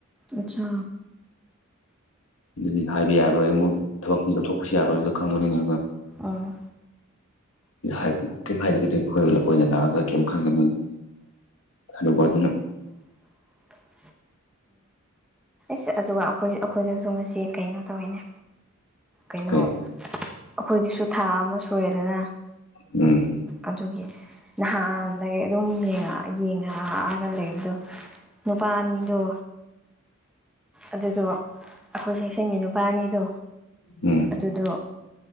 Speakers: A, in the centre; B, on the left.
A: ꯑꯆꯥ
B: ꯑꯗꯨꯗꯤ ꯍꯥꯏꯕ ꯌꯥꯔꯣꯏ ꯑꯃꯨꯛ ꯊꯕꯛꯇ ꯂꯧꯠꯊꯣꯛꯄꯁꯨ ꯌꯥꯔꯣꯏ ꯑꯗꯨꯗ ꯈꯪꯕꯅꯤꯉ
A: ꯑꯥ
B: ꯑꯗꯨ ꯀꯩ ꯍꯥꯏꯗꯒꯗꯤ ꯑꯩꯈꯣꯏꯅ ꯅꯥꯑꯒ ꯀꯔꯤꯝ ꯈꯪꯉꯦ ꯊꯩꯅꯕ ꯑꯗꯨꯅ
A: <unintelligible> ꯁ ꯑꯗꯨꯒ ꯑꯩꯈꯣꯏ ꯑꯩꯈꯣꯏꯗꯁꯨ ꯉꯁꯤ ꯀꯩꯅꯣ ꯇꯧꯋꯤꯅꯦ ꯀꯩꯅꯣ
B: ꯀꯩ
A: ꯑꯩꯈꯣꯏꯗꯤꯁꯨ ꯊꯥ ꯑꯃ ꯁꯨꯔꯦꯗꯅ
B: ꯎꯝ
A: ꯑꯗꯨꯒꯤ ꯅꯍꯥꯟꯗꯒꯤ ꯑꯗꯨꯝ ꯌꯦꯡꯉꯛꯛꯑꯒ ꯂꯩ ꯑꯗꯣ ꯅꯨꯄꯥꯖꯣ ꯑꯗꯨꯗꯣ ꯑꯩꯈꯣꯏ ꯁꯦꯛꯁꯟꯒꯤ ꯅꯨꯄꯥꯅꯤꯗꯣ
B: ꯎꯝ
A: ꯑꯗꯨꯗꯣ